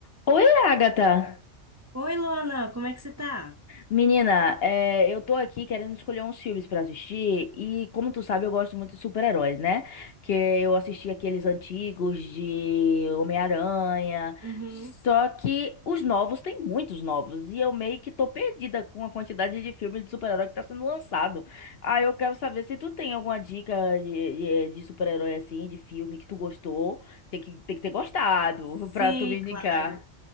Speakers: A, on the left; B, on the right.
A: Oi, Agatha!
B: Oi, Luana, como é que você tá?
A: Menina, é, eu tô aqui querendo escolher uns filmes pra assistir e, como tu sabe, eu gosto muito de super-heróis, né? Que eu assisti aqueles antigos de Homem-Aranha,
B: Uhum.
A: só que os novos, tem muitos novos, e eu meio que tô perdida com a quantidade de filmes de super-herói que tá sendo lançado. Aí eu quero saber se tu tem alguma dica de, de- de super-herói assim, de filme que tu gostou, tem que, tem que ter gostado
B: Sim,
A: <laughs> pra tu me indicar.
B: claro,